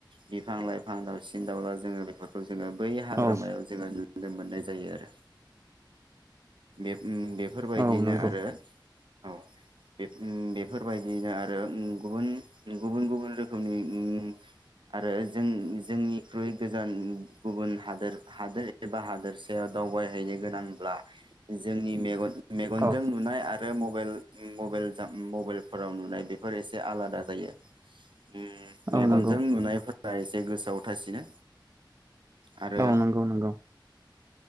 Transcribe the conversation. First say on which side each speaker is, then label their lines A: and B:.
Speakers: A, on the right; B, on the right.
A: बिफां लाइफां बिफां दावसि दाला जोङो बेफोरखौ जोङो बै हाग्रामायाव
B: औ
A: जोङो। नुनो मोननाय जायो आरो। ओम बेफोरबायदियनो
B: औ नंगौ
A: आरो औ बे बेफोरबायदियैनो आरो ओम गुबुन-गुबुन-गुबुन रोखोमनि ओम आरो जों जोंनिख्रुइ गोजान गुबुन हादोर हादोर एबा हादोरसायाव दावबायहैनो गोनांब्ला जोंनि मेगन मेगनजों
B: औ
A: नुनाय आरो बे मबाइल-मबाइल जाम मबाइलफोराव नुनाय बेफोर एसे आलादा जायो। उम मेगनजों
B: औ नंगौ
A: नुनायफोर बा एसे गोसोआव थासिनो। आरो
B: औ नंगौ नंगौ।